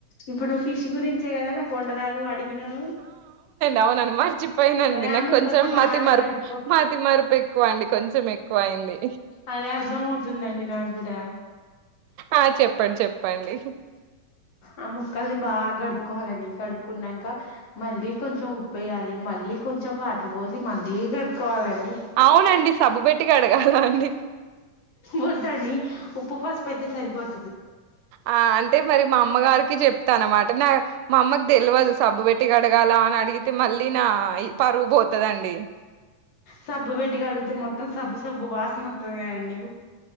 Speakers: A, on the left; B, on the right.
A: ఇప్పుడు నువ్వు ఫిష్ గురించే కదా నా కొండరాదు అడిగినావు
B: అవు అను మరిచిప్ ఫైన్ అండి
A: మరి ఆ
B: నాకు
A: ముక్కల్ని
B: కొంచెం
A: బాగా
B: మతి మర్పు
A: కడుక్కో
B: మాతి మర్పు ఎక్ ఎక్కువ అండి కొంచెం ఎక్కువ అయింది
A: అదే అర్థం అవుతుందండి నాకు కూడా
B: ఆ చెప్పండి చెప్పండి
A: ఆ ము మక్కల్ని బాగా కడుక్కకోవాలని కడుక్కున్నాక మళ్ళలీ కొంచెం ఉబ వయాలి మళ్ళీ కొంచెం వాటర్ పోసి మళ్ళీ కడుక్కోవాలండి
B: అవునండి సబ్బు పెెట్టి అడగాల అండి
A: వద్దండి ఉప్పు పాసుపు అయితే సరిపోద్తు
B: ఆ అంటే మరి మా అమ్మగారికి కి చెప్తాన అనమాట నా మా అమ్మకు తెలివదు సబ్బు పెట్టి అడగాల అని అడిగితే మళ్ళీ నా ఈ పరువు పోతుదండి
A: సబ్బు పెట్టికి అడిగితే మొత్తం సబ్బు సబ్బు వాసన వస్తుంది క అండి